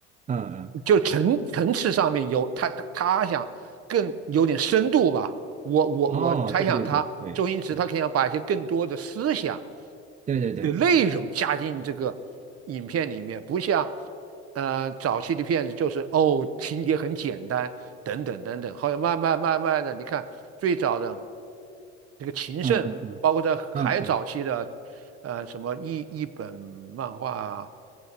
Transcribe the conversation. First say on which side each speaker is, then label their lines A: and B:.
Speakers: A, on the right; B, on the right.
A: 嗯嗯，
B: 就层层次上面有他他他想更有点深度吧。我我我猜想他周星驰他肯定要把一些更多的思想
A: 哦，对对对对对对对对对对，
B: 的内容加进这个影片里面，不像呃早期的片子就是哦情节很简单等等等等，后来慢慢慢慢的，你看最早的这个情圣，
A: 嗯嗯嗯嗯，
B: 包括在还早期的呃什么一一本漫画。